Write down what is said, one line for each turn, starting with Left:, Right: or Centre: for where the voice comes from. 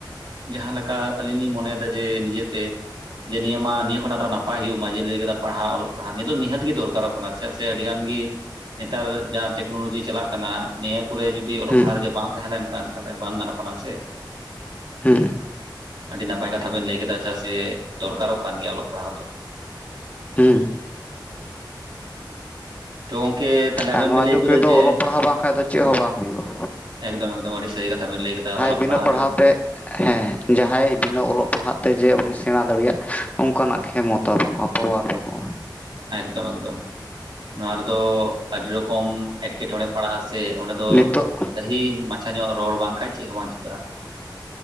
Right: ᱡᱟᱦᱟᱸ ᱞᱮᱠᱟ ᱟᱞᱤᱧ ᱞᱤᱧ ᱢᱚᱱᱮᱭᱮᱫᱟ ᱡᱮ ᱱᱤᱡᱮᱛᱮ ᱡᱮ ᱱᱤᱭᱟᱹ ᱢᱟ ᱱᱤᱭᱟᱹ ᱠᱷᱚᱱ ᱟᱨᱚ ᱱᱟᱯᱟᱭ ᱦᱩᱭᱩᱜ ᱢᱟ ᱡᱮ, ᱞᱟᱹᱭ ᱠᱮᱫᱟ ᱯᱟᱲᱦᱟᱣ ᱚᱞᱚᱜ ᱯᱟᱲᱦᱟᱣ ᱱᱤᱭᱟᱹ ᱫᱚ ᱱᱤᱦᱟᱹᱛ ᱜᱮ ᱫᱚᱨᱠᱟᱨᱚᱜ ᱠᱟᱱᱟ ᱾ ᱪᱮᱫᱟᱜ ᱥᱮ ᱟᱹᱰᱤᱜᱟᱱ ᱜᱮ ᱱᱮᱛᱟᱨ ᱡᱟᱦᱟᱸ ᱴᱮᱠᱱᱳᱞᱳᱡᱤ ᱪᱟᱞᱟᱜ ᱠᱟᱱᱟ ᱱᱤᱭᱟᱹ ᱠᱚᱨᱮ ᱡᱩ ᱫᱤ ᱚᱞᱚᱜ
Left: ᱦᱮᱸ
Right: ᱯᱟᱲᱦᱟᱣ ᱨᱮ ᱵᱟᱝ ᱛᱟᱦᱮᱸ ᱞᱮᱱ ᱠᱷᱟᱱ ᱛᱟᱦᱚᱞᱮ ᱵᱟᱝ ᱜᱟᱱᱚᱜ ᱠᱟᱱᱟ ᱥᱮ ᱾
Left: ᱦᱩᱸᱜ ᱾
Right: ᱟᱹᱰᱤ ᱱᱟᱯᱟᱭ ᱠᱟᱛᱷᱟ ᱵᱮᱱ ᱞᱟᱹᱭ ᱠᱮᱫᱟ ᱪᱮᱫᱟᱜ ᱥᱮ ᱫᱚᱨᱠᱟᱨᱚᱜ ᱠᱟᱱ ᱜᱮᱭᱟ ᱚᱞᱚᱜ ᱯᱟᱲᱦᱟᱣ ᱫᱚ ᱾
Left: ᱦᱩᱸ ᱾
Right: ᱛᱚ ᱜᱚᱝᱠᱮ ᱛᱟᱦᱚᱞᱮ ᱟᱵᱮᱱ
Left: ᱟᱨ ᱱᱚᱣᱟ
Right: ᱵᱮᱱ ᱞᱟᱹᱭ
Left: ᱡᱩᱜᱽ
Right: ᱦᱚᱪᱚᱭᱮᱫᱟ
Left: ᱨᱮᱫᱚ
Right: ᱡᱮ
Left: ᱚᱞᱚᱜ ᱯᱟᱲᱦᱟᱣ ᱵᱟᱝᱠᱟᱡ ᱫᱚ ᱪᱮᱫ ᱦᱚᱸ ᱵᱟᱝ ᱦᱩᱭᱩᱜ-ᱟ ᱾
Right: ᱮᱠᱫᱚᱢ ᱮᱠᱫᱚᱢ ᱟᱹᱰᱤ ᱥᱟᱹᱨᱤ ᱠᱟᱛᱷᱟ ᱵᱮᱱ ᱞᱟᱹᱭ ᱠᱮᱫᱟ ᱚᱞᱚᱜ
Left: ᱵᱤᱱᱟᱹ
Right: ᱯᱟᱲᱦᱟᱣ ᱨᱮᱜᱮ ᱫᱚ
Left: ᱛᱮ ᱦᱮᱸ ᱡᱟᱦᱟᱸᱭ ᱵᱤᱱᱟᱹ ᱚᱞᱚᱜ ᱯᱟᱲᱦᱟᱜ ᱛᱮ ᱡᱮ ᱩᱱᱤ ᱥᱮᱬᱟ ᱫᱟᱲᱮᱭᱟᱜ-ᱟ ᱚᱱᱠᱟᱱᱟᱜ ᱠᱷᱮᱢᱚᱛᱟ ᱵᱟᱹᱱᱩᱜ-ᱟ ᱾ ᱯᱟᱣᱟᱨ ᱵᱟᱹᱱᱩᱜ-ᱟ ᱾
Right: ᱮᱠᱫᱚᱢ ᱮᱠᱫᱚᱢ ᱾ <inaudible> ᱱᱚᱣᱟ ᱨᱮᱫᱚ ᱟᱹᱰᱤ ᱨᱚᱠᱚᱢ ᱮᱴᱠᱮᱴᱚᱬᱮ ᱯᱟᱲᱟᱜ-ᱟ ᱥᱮ ᱚᱸᱰᱮ ᱫᱚ
Left: ᱱᱤᱛᱚᱜ
Right: ᱥᱟᱹᱦᱤ ᱢᱟᱪᱷᱟ ᱧᱚᱜ ᱨᱚᱲ ᱵᱟᱝᱠᱷᱟᱡ ᱪᱮᱫ ᱦᱚᱸ ᱵᱟᱝ ᱪᱤᱠᱟᱹᱜ-ᱟ ᱾